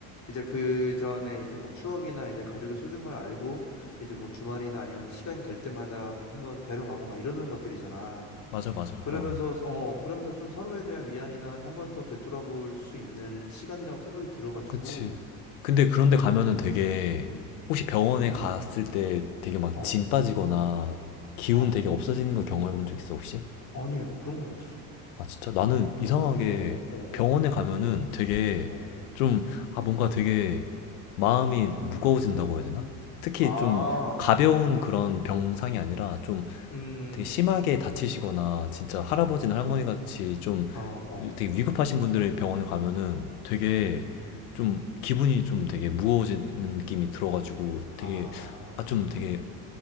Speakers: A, on the left (about 40°); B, on the left (about 75°).
A: 이제 그 전에 이제 뭐 추억이나 이제 가족의 소중함을 알고 이제 뭐 주말이나 아니면 시간이 될 때마다 한번 뵈러 가고 막 이러는 것들이잖아.
B: 맞아, 맞아.
A: 그러면서
B: 어. 어.
A: 어 그러면서 좀 서로에 대한 위안이나 한번 더 되돌아볼 수 있는 시간이라고 생각이 들어가지고
B: 그치. 근데 그런데 가면은 되게
A: 음, 음.
B: 혹시 병원에
A: 좀 우,
B: 갔을 때 되게 막
A: 어,
B: 짐 빠지거나 기운
A: 어.
B: 되게 없어지는 거 경험해 본 적 있어 혹시?
A: 아니에요. 그런 건 없어.
B: 아 진짜 나는 이상하게
A: 오, 어, 어,
B: 병원에
A: 어,
B: 가면은 되게
A: 어. 어.
B: 좀 아 뭔가 되게 마음이 무거워진다고 해야 되나? 특히
A: 아,
B: 좀 가벼운 그런 병상이 아니라 좀
A: 음,
B: 되게 심하게 다치시거나 진짜 할아버지나 할머니 같이 좀
A: 어, 어,
B: 되게 위급하신 분들의 병원에 가면은 되게
A: 음.
B: 좀 기분이 좀 되게 무거워지는 느낌이 들어가지고
A: 아,
B: 되게 아 좀 되게